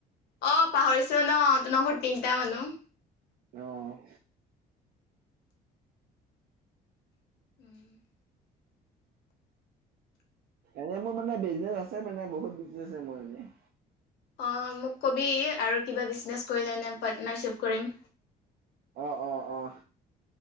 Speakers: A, on the left; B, on the right.
A: অ', পাহৰিছোৱে ন তোনৰ ঘৰত তিনটা মানুহ
B: অ <inaudible>
A: <inaudible>
B: এনে মোৰ মানে বিজনেজ আছে মানে বহুত বিজনেজে মোৰ এনে।
A: অ', মোক কবি, আৰু কিবা বিছনেছ কৰিলে নে পাৰ্টনাৰশ্বিপ কৰিম।
B: অ', অ', অ'।